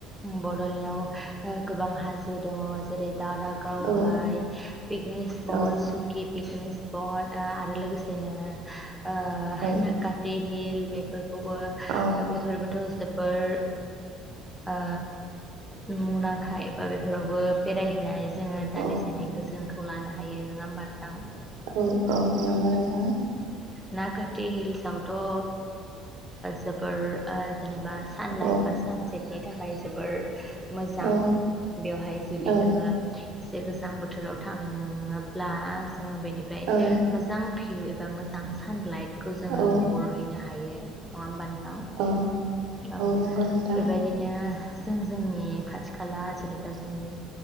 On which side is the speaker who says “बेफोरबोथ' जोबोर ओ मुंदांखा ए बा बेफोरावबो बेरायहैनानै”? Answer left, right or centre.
Centre